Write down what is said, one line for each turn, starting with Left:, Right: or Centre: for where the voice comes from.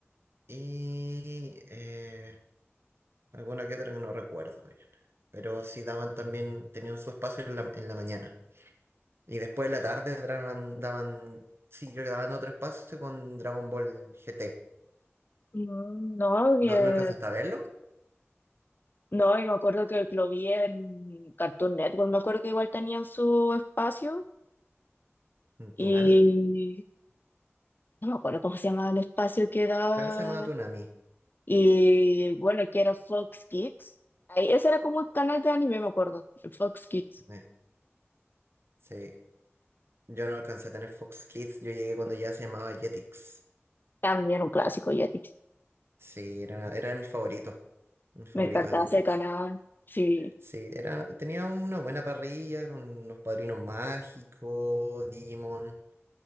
Right: y eh, alguna que otra que no recuerdo bien. Pero sí daban también, tenían su espacio en la, en la mañana. Y después en la tarde daban, daban, sí, creo que daban otro espacio con Dragon Ball GT.
Left: Mm, No, que-
Right: ¿No, no alcanzaste a verlo?
Left: no, y me acuerdo que lo vi en Cartoon Network, me acuerdo que igual tenían su espacio y
Right: ¿Tunami?
Left: no me acuerdo cómo se llamaba el espacio que da
Right: Creo que se llamaba Toonami.
Left: Y bueno, que era Fox Kids. Ahí, ese era como el canal de anime, me acuerdo. El Fox Kids.
Right: eh, sí. Yo no alcancé a tener Fox Kids. Yo llegué cuando ya se llamaba Jetix.
Left: También un clásico, ya te- dije.
Right: Sí, era, era de mis favoritos. Mis favoritos
Left: Me encantaba
Right: Jetix.
Left: ese canal. Sí.
Right: Sí, era, tenía una buena parrilla con los Padrinos Mágicos, Digimon.